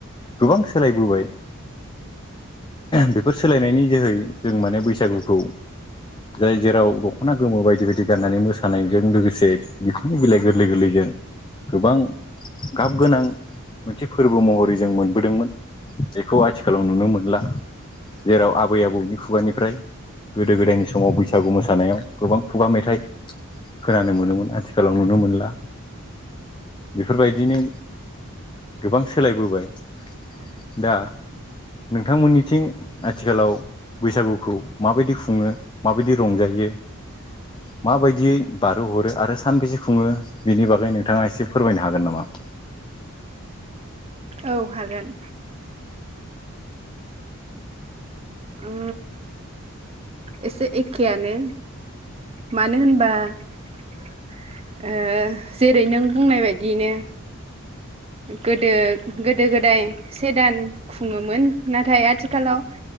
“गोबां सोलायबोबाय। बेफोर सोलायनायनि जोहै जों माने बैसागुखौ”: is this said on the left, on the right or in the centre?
Left